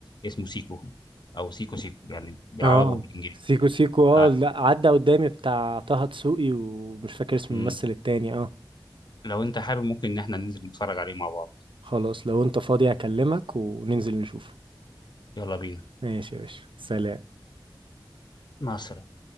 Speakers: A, on the left; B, on the right.
A: اسمه سيكو او سيكو سيكو يعني بالعربي
B: اه
A: وبالانجليزي
B: سيكو سيكو
A: أه،
B: اه لا عدى قدامي بتاع طه دسوقي ومش فاكر اسم
A: امم
B: الممثل التاني اه
A: لو انت حابب ممكن ان احنا ننزل نتفرج عليه مع بعض
B: خلاص لو انت فاضي اكلمك وننزل نشوف
A: يلا بينا
B: ماشي يا باشا سلام
A: مع السلامه